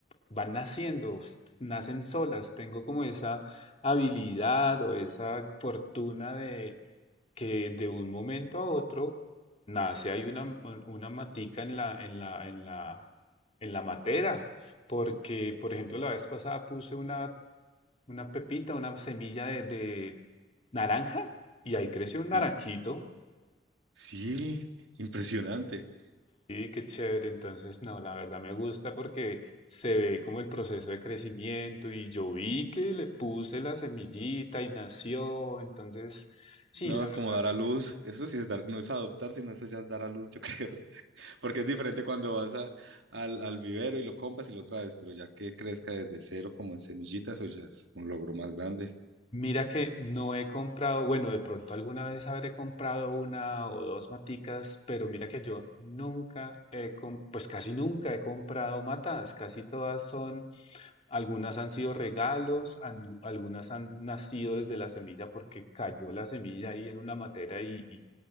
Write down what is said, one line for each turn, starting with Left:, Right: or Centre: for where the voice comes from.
Left: van naciendo, s- nacen solas. Tengo como esa habilidad o esa fortuna de que de un momento a otro nace, hay una, un- una matica en la, en la, en la, en la matera. Porque, por ejemplo, la vez pasada puse una, una pepita, una semilla de, de naranja y ahí creció un
Right: Sí.
Left: naranjito.
Right: Sí, impresionante.
Left: Sí, qué chévere. Entonces, no, la verdad me gusta porque se ve como el proceso de crecimiento y yo vi que le puse la semillita y nació. Entonces, sí,
Right: No,
Left: la
Right: como
Left: verdad
Right: dar
Left: me
Right: a
Left: gusta.
Right: luz, eso sí es dar, no es adoptar, sino eso ya es dar a luz, yo creo, <laughs> porque es diferente cuando vas a, al, al vivero y lo compras y lo traes, pero ya que crezca desde cero como en semillitas, eso ya es un logro más grande.
Left: Mira que no he comprado, bueno, de pronto alguna vez habré comprado una o dos maticas, pero mira que yo nunca he, com- pues casi nunca he comprado matas. Casi todas son Algunas han sido regalos, an- algunas han nacido desde la semilla porque cayó la semilla ahí en una materia y, y-